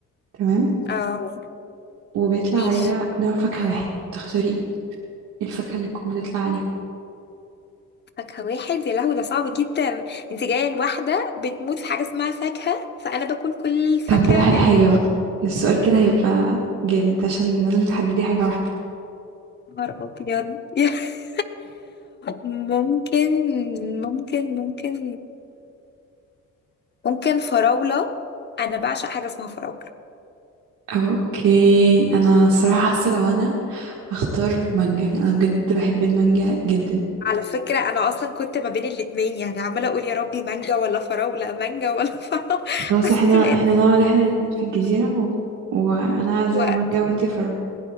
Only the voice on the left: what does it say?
اه
ماشي
فاكهة واحد يا لهوي ده صعب جدا انت جاية لواحدة بتموت في حاجة اسمها فاكهة فأنا باكل كل الفاكهة
اللي
نهار أبيض <laughs> ممكن ممكن ممكن ممكن فراولة أنا بعشق حاجة اسمها فراولة
على فكرة أنا أصلا كنت ما بين الاتنين يعني عمالة أقول يا ربي مانجا ولا فراولة مانجا ولا فراولة
<laughs> بس
بقيت
أسوأ.